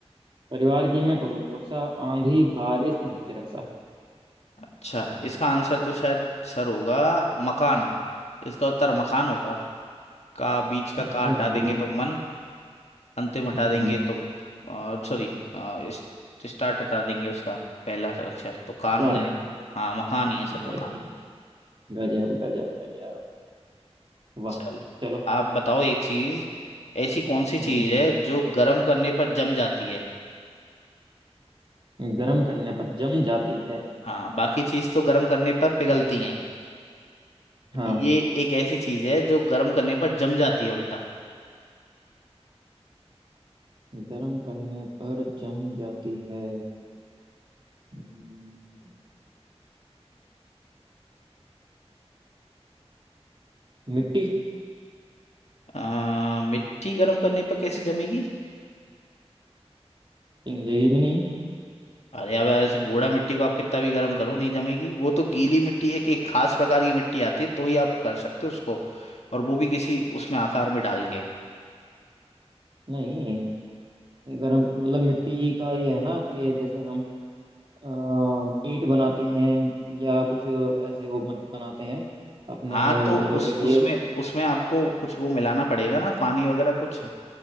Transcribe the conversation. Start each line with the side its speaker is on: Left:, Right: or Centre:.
Right: परिवार की मैं करूं सुरक्षा आंधी बारिश धूप से रक्षा
Left: अच्छा इसका आंसर तो शायद सर होगा मकान इसका उत्तर मकान होगा का बीच का का
Right: अरे
Left: हटा
Right: वाह
Left: देंगे तो मन अंतिम हटा
Right: हम्म
Left: देंगे तो सॉरी इस, स्टार्ट हटा देंगे उसका पहला अक्षर तो कान
Right: कान
Left: हो जाएगा हाँ मकान
Right: कितना
Left: ही है सर
Right: बच
Left: मकान
Right: जाएगा हम्म, गजब गजब गजब वाह
Left: चलो
Right: चलो
Left: आप बताओ एक चीज ऐसी कौन सी
Right: हम्म
Left: चीज है जो गर्म करने पर जम जाती है
Right: गर्म करने पर जम जाती है
Left: हाँ बाकी चीज तो गर्म करने पर पिघलती हैं
Right: हाँ
Left: ये एक ऐसी चीज है जो गर्म करने पर जम जाती है उल्टा
Right: गर्म करने पर जम जाती है हम्म, मिट्टी
Left: आ, मिट्टी गर्म करने पर कैसे जमेगी
Right: पिघलेगी भी नहीं
Left: अरे अब ऐसे बूढ़ा मिट्टी को आप कितना भी गर्म करो नहीं जमेगी वो तो गीली मिट्टी एक एक खास प्रकार की मिट्टी आती है तो ही आप कर सकते हो उसको और वो भी किसी उसमें आकार में डाल के
Right: नहीं गरम मतलब मिट्टी का ये है ना कि जैसे हम अ, ईंट बनाते हैं या कुछ ऐसे वो बन- बनाते हैं अपने
Left: हाँ तो
Right: घरों
Left: उस
Right: के लिए
Left: हम्म उसमें उसमें आपको कुछ वो मिलाना पड़ेगा ना पानी वगैरह कुछ